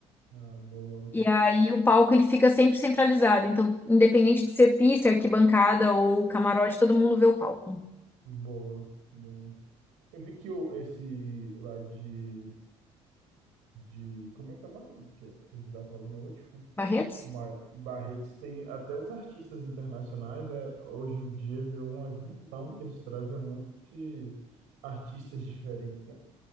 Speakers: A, on the right (about 85°); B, on the left (about 15°).
A: Ah, boa,
B: E aí o palco ele fica sempre centralizado. Então, independente de ser pista, arquibancada ou camarote, todo mundo vê o palco.
A: boa, boa. Eu vi que o, esse lá de, de. Como é que é o nome que a gente tava falando no último?
B: Barretos?
A: Mar- Barretos tem até uns artistas internacionais, né? Hoje em dia virou uma visão que eles trazem um monte de artistas diferentes, né?